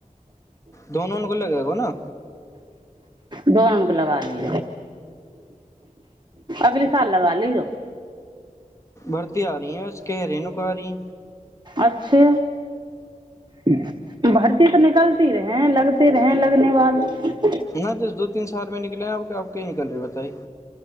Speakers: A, on the left; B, on the right.
A: दोनों को लगेगा ना
B: पोन अग लगा ली अगल साल लगा ली जो
A: भर्ती आ री है बस कहि रहे नकी
B: अच्छा ई भर्ती तऽ निकलती रहेैं लगते रहेै लग धन्यवाद
A: नै दी दू तीन सौ शहर मे निकलेै आब अब की निकल रहै बताइ